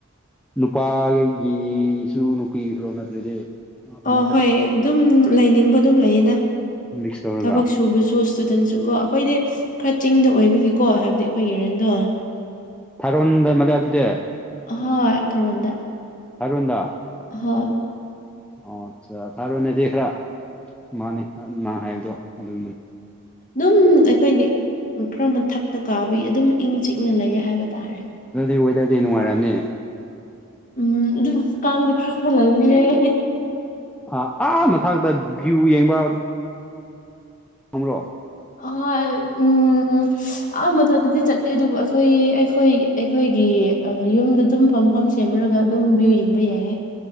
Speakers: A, in the centre; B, on the left.
A: ꯅꯨꯄꯥꯒꯤꯁꯨ ꯅꯨꯄꯤꯔꯣ ꯅꯠꯇ꯭ꯔꯗꯤ ꯑꯃꯈꯛꯇ
B: ꯑ ꯍꯣꯏ ꯑꯗꯨꯝ ꯂꯩꯅꯤꯡꯕ ꯑꯗꯨꯝ ꯂꯩꯌꯦꯗ
A: ꯃꯤꯛꯁ ꯇꯧꯔꯒ
B: ꯊꯕꯛ ꯁꯨꯕꯁꯨ ꯏꯁꯇꯨꯗꯦꯟꯁꯨꯀꯣ ꯑꯩꯈꯣꯏꯗꯤ ꯈꯔ ꯆꯤꯡꯗ ꯑꯣꯏꯕꯒꯤꯀꯣ ꯍꯥꯏꯕꯗꯤ ꯑꯩꯈꯣꯏꯒꯤ ꯔꯦꯟꯗꯣ
A: ꯊꯥꯔꯣꯟꯗ ꯃꯂꯦ ꯑꯗꯨꯗꯤ
B: ꯍꯣꯏ ꯇꯨꯔꯣꯟꯗ
A: ꯊꯥꯔꯣꯟꯗ
B: ꯍꯣꯏ
A: ꯑꯣ ꯐꯥꯔꯣꯅꯗꯤ ꯈꯔ ꯃꯥꯅꯤ ꯃꯥ ꯍꯥꯏꯕꯗꯣ ꯑꯗꯨ
B: ꯑꯗꯨꯝ ꯑꯩꯈꯣꯏꯗꯤ ꯈꯔ ꯃꯊꯛꯇ ꯀꯥꯕꯒꯤ ꯑꯗꯨꯝ ꯏꯪ ꯆꯤꯛꯅ ꯂꯩꯌꯦ ꯍꯥꯏꯕ ꯇꯥꯔꯦ
A: ꯑꯗꯨꯗꯤ ꯋꯦꯗꯔꯗꯤ ꯅꯨꯡꯉꯥꯏꯔꯝꯅꯤ
B: ꯎꯝ ꯑꯗꯨꯝ ꯀꯥꯡꯗꯤ ꯈꯔ ꯈꯔꯥ ꯂꯩꯕꯅꯤꯍꯩ
A: ꯑ ꯑꯥ ꯃꯊꯥꯛꯛꯇ ꯚ꯭ꯌꯨ ꯌꯦꯡꯕ ꯍ꯭ꯔꯣ
B: ꯑꯍꯣꯏ ꯎꯝ ꯑ ꯃꯊꯛꯇꯗꯤ ꯆꯠꯇꯦ ꯑꯗꯨꯕꯨ ꯑꯩꯈꯣꯏ ꯑꯩꯈꯣꯏ ꯑꯩꯈꯣꯏꯒꯤ ꯌꯨꯝꯗ ꯑꯗꯨꯝ ꯐꯝ ꯐꯝ ꯁꯦꯝꯃꯨꯔꯒ ꯑꯗꯨꯝ ꯚ꯭ꯌꯨ ꯌꯦꯡꯕ ꯌꯥꯏꯌꯦ